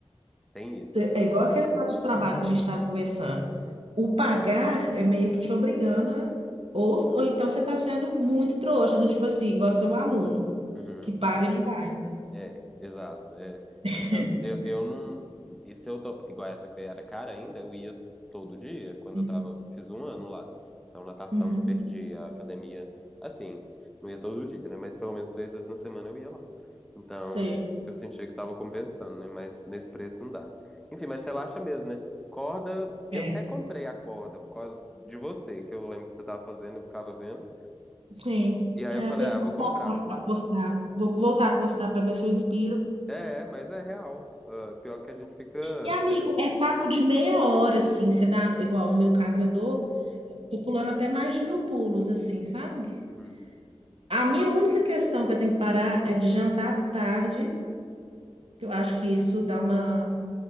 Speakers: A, in the centre; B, on the right.
A: tem isso.
B: É igual aquele negócio de trabalho que a gente estava conversando. O pagar é meio que te obrigando, a- ou, ou então você está sendo muito trouxa, do tipo assim, igual seu aluno,
A: Uhum.
B: que paga e não vai.
A: É, exato. É.
B: <laughs>
A: Então, eu, eu não. E se eu tô. Igual essa que era cara ainda, eu ia todo dia, quando
B: Hum.
A: eu tava. Fiz um ano lá. Então, natação,
B: Uhum.
A: não perdi a academia. Assim, não ia todo dia, né? Mas pelo menos três vezes na semana eu ia lá. Então,
B: Sei.
A: eu sentia que tava compensando, né? Mas nesse preço não dá. Enfim, mas relaxa mesmo, né? Corda, eu
B: É.
A: até comprei a corda por causa de você, que eu lembro que você tava fazendo, eu ficava vendo.
B: Sim.
A: E aí
B: É,
A: eu falei,
B: tem
A: ah,
B: que
A: eu
B: voltar
A: vou comprar.
B: a postar. Vou voltar a postar para ver se eu inspiro.
A: É, é, mas é real. Ah, pior que a gente fica
B: E, amigo,
A: querendo.
B: é papo de meia hora, assim. Você dá, igual no meu caso, eu dou, tô pulando até mais de mil pulos, assim, sabe?
A: Uhum.
B: A minha única questão que eu tenho que parar é de jantar à tarde, que eu acho que isso dá uma.